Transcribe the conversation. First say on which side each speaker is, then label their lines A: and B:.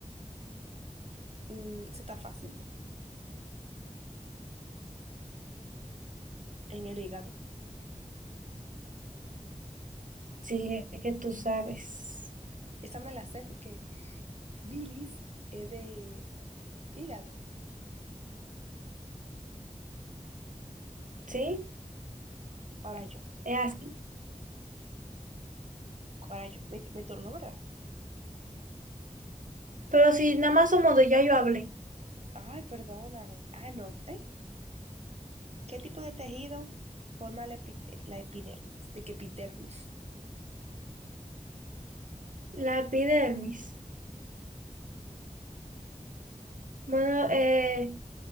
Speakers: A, on the right (about 50°); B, on the right (about 80°).
A: Mm, eso está fácil. En el hígado.
B: Sí, es que tú sabes.
A: Esa me la sé porque bilis es de hígado.
B: Sí,
A: Ahora yo,
B: es así.
A: ahora yo. Me, me turno, ¿verdad?
B: Pero si nada más somos dos, ya yo hablé.
A: Ay, perdóname. Ah, no. ¿Eh? ¿Qué tipo de tejido forma la, epite- la epidermis? ¿De qué epidermis?
B: La epidermis. Bueno, eh,